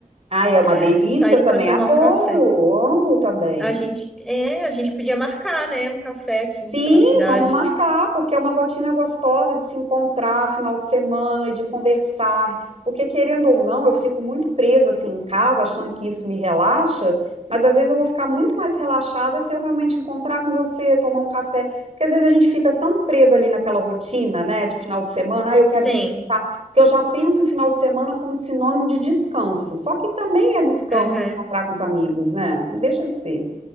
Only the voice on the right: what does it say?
Ah, é uma
delícia,
eu também
adoro,
amo também.
Sim,
vamos marcar, porque é uma rotina gostosa de se encontrar final de semana e de conversar. Porque, querendo ou não, eu fico muito presa assim em casa, achando que isso me relaxa, mas às vezes eu vou ficar muito mais relaxada se eu realmente encontrar com você, tomar um café. Porque às vezes a gente fica tão presa ali naquela rotina, né, de final de semana, ah, eu quero
descansar, porque eu já penso em final de semana como um sinônimo de descanso. Só que também é descanso
encontrar com os amigos, né? Não deixa de ser.